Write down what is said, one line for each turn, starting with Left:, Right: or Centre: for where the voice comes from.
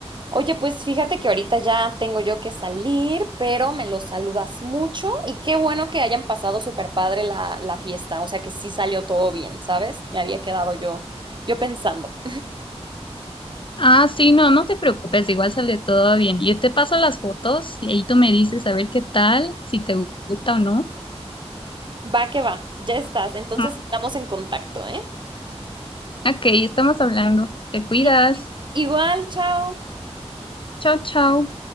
Right: Oye, pues fíjate que ahorita ya tengo yo que salir, pero me los saludas mucho y qué bueno que hayan pasado súper padre la, la fiesta. O sea, que sí salió todo bien, ¿sabes? Me había quedado yo, yo pensando.
Left: Ah, sí, no, no te preocupes, igual sale todo bien. Yo te paso las fotos y ahí tú me dices a ver qué tal, si te gusta o no.
Right: Va que va, ya estás. Entonces
Left: Ujú.
Right: estamos en contacto, ¿eh?
Left: Ok, estamos hablando. Te cuidas.
Right: Sí, Igual, chao.
Left: Chao, chao.